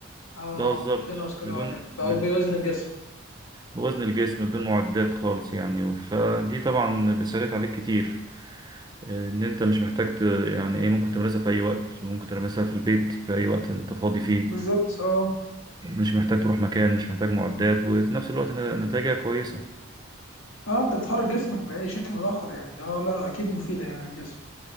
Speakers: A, on the left; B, on the right.
A: اه
B: ده بالظبط
A: بدون اثقال
B: بدون
A: اه لا، بقى
B: بد-
A: بوزن الجسم
B: بوزن الجسم بدون معدات خالص يعني فدي طبعا بتسهلت عليك كتير إيه، ان انت مش محتاج ت- يعني ايه ممكن تمارسها في اي وقت ممكن تمارسها في البيت في اي وقت انت فاضي فيه
A: بالظبط اه
B: مش محتاج تروح مكان مش محتاج معدات وفي نفس الوقت ن- نتائجها كويسة
A: اه انت بتحرك جسمك باي شكل من الاخر يعني اه لا اكيد مفيده يعني للجسم